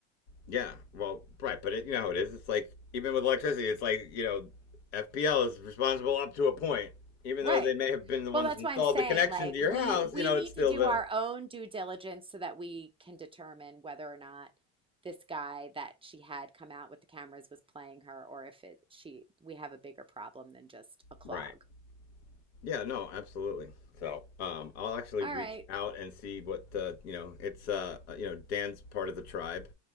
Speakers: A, on the left; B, on the right.
A: Yeah, well, right, but it, you know how it is. It's like even with electricity, it's like you know, FPL is responsible up to a point. Even
B: Right.
A: though they may have been the ones
B: Well, that's
A: that installed
B: why I'm saying
A: the connection
B: like
A: to your
B: we
A: house,
B: we
A: you know,
B: need
A: it's still
B: to do
A: the
B: our own due diligence so that we can determine whether or not this guy that she had come out with the cameras was playing her or if it she we have a bigger problem than just a clog.
A: right. Yeah, no, absolutely. So Um, I'll actually
B: All
A: reach
B: right.
A: out and see what uh, you know. It's uh, uh, you know, Dan's part of the tribe